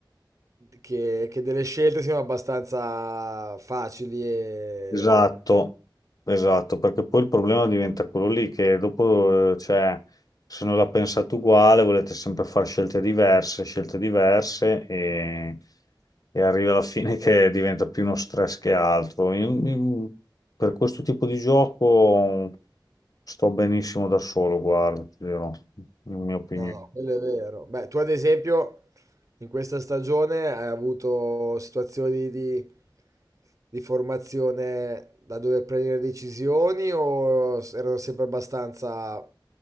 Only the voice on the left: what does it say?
Esatto, esatto, perché poi il problema diventa quello lì che dopo, eh, cioè, se non la pensate uguale, volete sempre fare scelte diverse, scelte diverse e, e arriva alla fine che diventa più uno stress che altro. Io- io per questo tipo di gioco sto benissimo da solo, guarda, ti dirò, in mia opinione.